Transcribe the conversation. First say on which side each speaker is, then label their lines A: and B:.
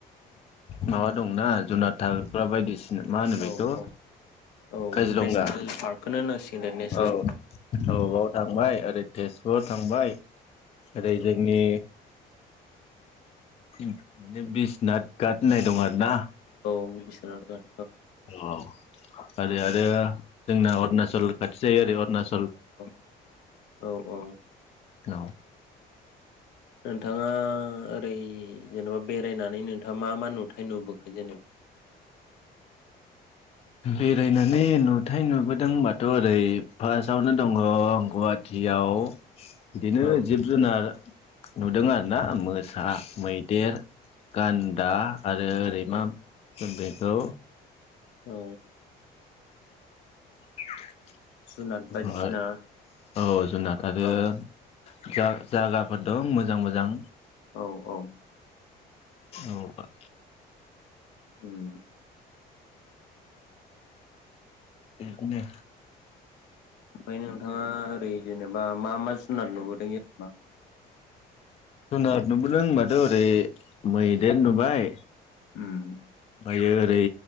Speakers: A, on the left (about 35°); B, on the left (about 80°).
A: माबा दंना जुनादथाग्रा बायदिसि फिनो मा होनो बेखौ
B: औ औ औ
A: काजिरंगा
B: नेसनेल पार्कखौनो होनांसिगोन दे नेसनेल
A: औ
B: पार्क
A: औ बाव थांबाय बे तेजपुराव थांबाय ओरै
B: औ
A: जोंनि इन माने बिस्नाथ गाट होननाय दं आरो ना।
B: औ बिसोनाथ गाट
A: अह <unintelligible> ओरै आरो जोंना उनासल खाथि जायो ओरै अरना
B: अ औ औ
A: औ
B: नोंथांङा ओरै जेनेबा बेरायनानै नोंथांङा मा मा नुथाय नुबोखो जेनेबा?
A: बेरायनानै नुथाय नुबोदोंबाथ' ओरै फार्स्टआवनो दंङ गुवाहाटियाव बिदिनो
B: औ
A: जिब जुनार नुदों आरो ना मो सा, मैदेर गान्दा आरो ओरै
B: औ
A: मा सो बेखौ
B: औ
A: <unintelligible> <unintelligible>
B: जुनाद बायदिसिना
A: औ जुनाद आरो
B: औ
A: जा-जागाफोर दं मोजां मोजां।
B: औ औ।
A: औबा।
B: उम।
A: बिदिनो
B: ओमफाय नोंथाङा ओरै जेनेबा मा मा जुनार नुबोद <unintelligible>
A: जुनाद नुबोदों होनबाथ' ओरै मैदेर नुबाय।
B: हम।
A: ओमफायो ओरै